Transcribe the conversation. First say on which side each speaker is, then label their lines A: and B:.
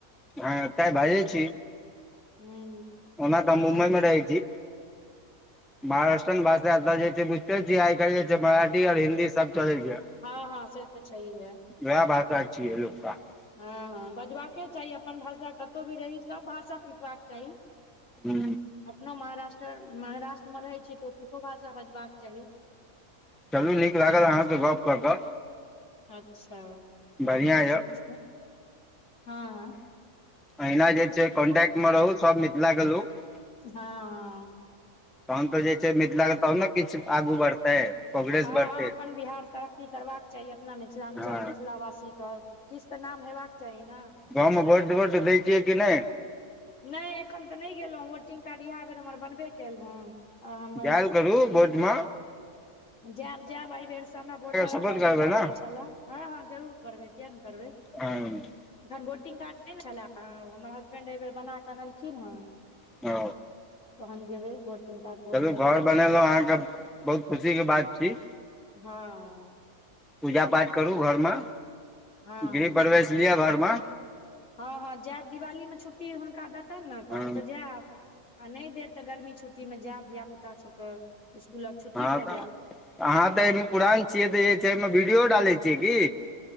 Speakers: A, in the centre; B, on the left (about 55°).
A: हँ ते बाजै छी
B: हूँ
A: ओना तऽ हम मुम्बई मे रहै छी महाराष्ट्रन भाषा तऽ जे छै बुझते छियै आइ कलहि जे छै मराठी आओर हिन्दी सब चलै छै
B: हँ हँ से त छैहे
A: वएह भषा छी य लोकोकें
B: हँ हँ बजबाके चाही अपन भाषा कतहु भी रही सभ भाषा सिखबाक चाही
A: ह
B: अपनो महाराष्ट्र महाराष्ट्रमे रहै छी तऽ ओतुको भाषा बजबाक चाही
A: चलू नीक लागल अहाँके गप कऽ कऽ
B: अच्छा आओर
A: बढ़िआँ
B: तऽ
A: यए
B: ठीक छै हँ हँ
A: अहिना जे छै कॉन्टेक्ट मे रहू सब मिथिला कें लोक
B: हँ <unintelligible>
A: तहन तऽ जे छै मिथिलाे तब ने किछु आगू बढ़तै कोग्रेस
B: हँ
A: बढ़तै
B: हँ अपन बिहार तरक्की करबाक चाही अपना मिथिलाञ्चल
A: हँ
B: मिथिला वासी के किछु तऽ नाम हेबाक चाही ने
A: गांव मे वोट ओड द छियै कि नहि
B: नहि एखन तऽ नहि गेलहुँ वोटिंग कार्ड इएह बेर हमर बनबे कयल हन आ हमर
A: जायल करू वोटमे
B: जायब जायब एहिबेरसँ हमरा वोटर
A: सपोर्ट
B: आई डी
A: करबै
B: कार्ड
A: ने
B: नहि छलए हँ हँ जरूर करबै किएक नहि करबै
A: हँ -
B: एखन वोटिंग कार्ड नहि ने छलए हमर हसबैंड एहि बेर बना कऽ अनलखिन हन
A: ओ
B: तहन जेबै वोट कार्ड
A: चलू
B: देबै
A: घर बनेलहुँ अहाँके बहुत खुशीके बात छी
B: हँ
A: पूजा पाठ करू घर मे
B: हँ
A: गृह प्रवेश लिअ घरमे
B: हँ हँ जायब दिवाली मे छुट्टी हुनका देतनि ने तऽ
A: हँ
B: हम तऽ जायब आ नहि देत तऽ गर्मी छुट्टीमे जायब धियापुता छै तऽ स्कुलक छुट्टी
A: हँ
B: भऽ
A: तऽ
B: जायत
A: अहाँ तऽ एहिमे पुरान छियै तऽ जे छै एहिमे वीडियो डालै छियै की